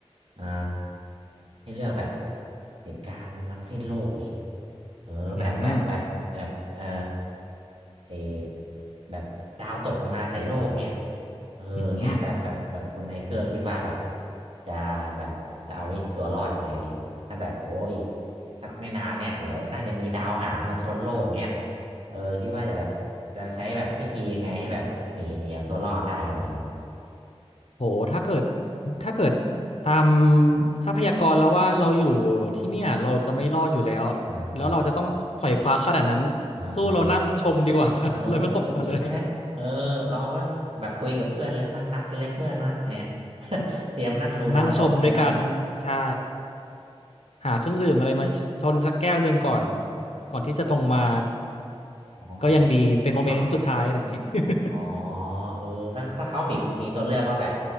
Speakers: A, on the right (about 65°); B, on the left (about 75°).
A: เอ่อให้เลือกแบบเหตุการณ์มันสิ้นโลกนี้เออแบบแบบแบบแบบเอ่อ
B: อืม
A: เออแบบดาวตกมาใส่โลกเนี้ยเออเงี้ยแบบแบบแบบคุณไทเกอร์คิดว่าแบบ
B: อืม
A: จะแบบจะเอาตัวรอดยังไงดีถ้าแบบโอ้อีกสักไม่นานเนี่ยเดี๋ยวน่าจะมีดาวหางมาชนโลกเนี้ย เออคิดว่าจะแบบจะใช้แบบวิธียังไงให้แบบหนีหนีเอาตัวรอดได้อะไรอย่างนี้
B: โหถ้าเกิดถ้าเกิดตามถ้าพยากรณ์แล้วว่าเราอยู่ที่เนี่ยเราจะไม่รอดอยู่แล้ว
A: อ่า
B: แล้วเราจะต้องไขว่คว้าขนาดนั้น
A: อ่าอ่าอ่า
B: สู้เรานั่งชมดีกว่า <laughs>
A: เออ
B: เลยมันตกลงมาเลย
A: ใช่ไหมเออเราก็แบบคุยกับเพื่อนเลยมานัดกันเลยเพื่อนมาเนี่ย <laughs> เตรียมนั่งดูดาวตกเนี่ยเนาะ
B: <laughs> นั่งชมด้วยกันใช่ หาเครื่องดื่มอะไรมาชชนสักแก้วหนึ่งก่อนก่อนที่จะตรงมา
A: อ๋อเออ
B: ก็ยังดีเป็นโมเมนต์สุดท้ายอะไรอย่างนี้
A: เนาะ
B: <laughs>
A: อ๋อเออแล้วถ้าเขาบิดมีตัวเลือกว่าแบบ